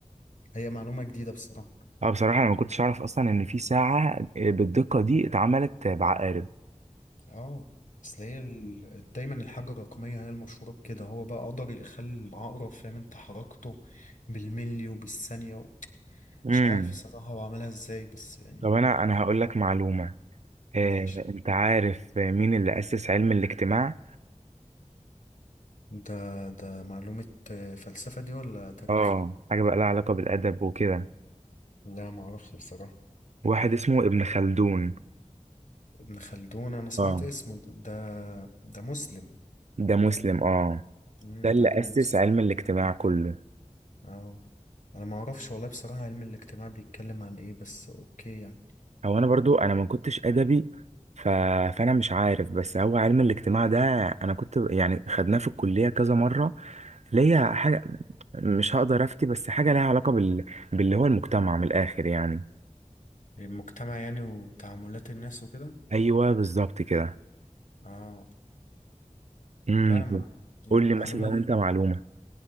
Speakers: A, on the left; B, on the right.
A: هي معلومة جديدة بصراحة
B: اه بصراحه انا ما كنتش اعرف اصلا ان في ساعه بالدقه دي اتعملت بعقارب
A: اه اصل هي ال... دايما الحاجة الرقمية هي المشهورة بكده هو بقى قدر يخلي العقرب فاهم انت حركته بالملي وبالثانية و...
B: امم
A: مش عارف الصراحة هو عملها ازاي بس يعني
B: طب انا انا هقول لك معلومه آه،
A: ماشي
B: انت عارف مين اللي اسس علم الاجتماع
A: ده ده معلومة آه، فلسفة دي ولا تاريخ؟
B: اه حاجه بقى لها علاقه بالادب وكده
A: لا معرفش بصراحة
B: واحد اسمه ابن خلدون
A: ابن خلدون انا سمعت
B: اه
A: اسمه ده ده ده مسلم
B: ده مسلم اه
A: امم
B: ده اللي
A: ده عالم
B: أسس
A: مسلم
B: علم الاجتماع كله
A: اه انا ما اعرفش والله بصراحة علم الاجتماع بيتكلم عن ايه بس اوكي يعني
B: هو أنا برضو أنا ما كنتش أدبي ف... فأنا مش عارف بس هو علم الاجتماع ده أنا كنت يعني خدناه في الكلية كذا مرة ليا حاجة مش هقدر أفتي بس حاجة ليها علاقة بال... باللي هو المجتمع من الآخر يعني
A: المجتمع يعني وتعاملات الناس وكده
B: أيوه بالظبط كده
A: اه
B: امم
A: لا انا مع... دي
B: قول
A: معلومة
B: لي مثلا أنت معلومة